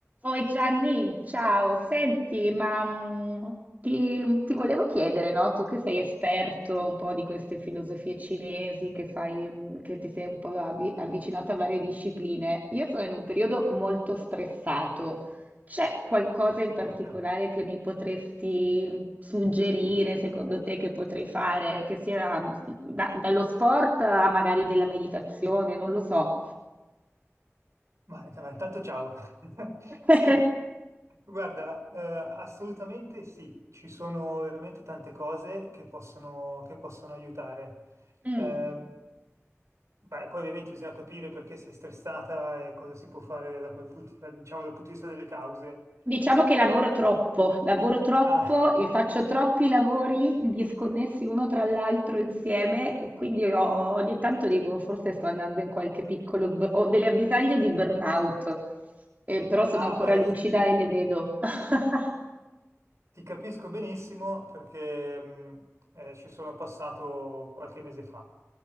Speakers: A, on the right; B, on the right.
A: Oi Gianni, ciao, senti, ma mm, ti, ti volevo chiedere, no? Tu che sei esperto un po' di queste filosofie cinesi, che sai, mm, che ti sei un po' avvi- avvicinato a varie discipline. Io sono in un periodo molto stressato. C'è qualcosa in particolare
B: Porca.
A: che mi potresti suggerire, secondo te, che potrei fare, che sia mm, da- dallo sport a magari della meditazione, non lo so.
B: Ma int- ma intanto ciao. <laughs>
A: <laughs>
B: Sì, guarda, eh, assolutamente sì, ci sono veramente tante cose che possono, che possono aiutare.
A: Mm.
B: Ehm, beh, poi ovviamente bisogna capire perché sei stressata e cosa si può fare da quel punto, diciamo, dal punto di vista delle cause.
A: Diciamo che lavoro
B: Però,
A: troppo, lavoro troppo
B: ah,
A: e faccio troppi lavori disconnessi uno tra l'altro insieme e quindi ho- ogni tanto dico forse sto andando in qualche piccolo, bu- ho delle avvisaglie di burnout, Eh, però sono
B: ah,
A: ancora
B: guarda,
A: lucida
B: sì,
A: e le vedo. <laughs>
B: ti capisco benissimo perché mh, eh, ci sono passato qualche mese fa.